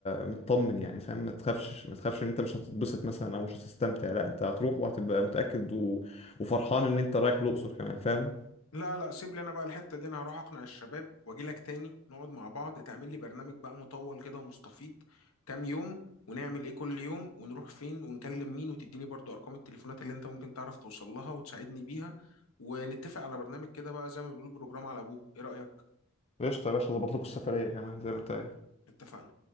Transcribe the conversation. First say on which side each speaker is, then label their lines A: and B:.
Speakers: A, on the left; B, on the left.
A: مطمن يعني فاهم ما تخافش ما تخافش ان انت مش هتتبسط مثلا او مش هتستمتع لا انت هتروح وهتبقى متأكد و... وفرحان ان انت رايح الأقصر كمان فاهم
B: لا لا سيب لي انا بقى الحته دي انا هروح اقنع الشباب واجي لك تاني نقعد مع بعض تعمل لي برنامج بقى مطول كده ومستفيض كام يوم ونعمل ايه كل يوم ونروح فين ونكلم مين وتديني برضو ارقام التليفونات اللي انت ممكن تعرف توصل لها وتساعدني بيها ونتفق على برنامج كده بقى زي ما بنقول بروجرام على ابوه ايه رأيك
A: قشطة يا باشا ظبط لكم السفرية كمان زي ما انت
B: اتفقنا